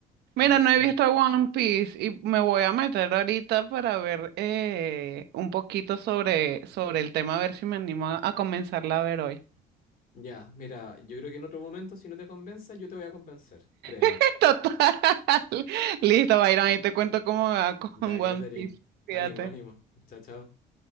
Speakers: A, on the right; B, on the left.
A: Mira,
B: Maldición.
A: no he visto One Piece y me voy a meter ahorita para ver eh, un poquito sobre, sobre el tema, a ver si me animo a, a comenzarla a ver hoy.
B: Ya, mira, yo creo que en otro momento, si no te convenza, yo te voy a convencer, créeme.
A: <laughs> Total. Listo, Byron, ahí te cuento cómo me va con
B: Ya, Catherine,
A: One Piece. Fíjate.
B: ánimo, ánimo. Chao, chao.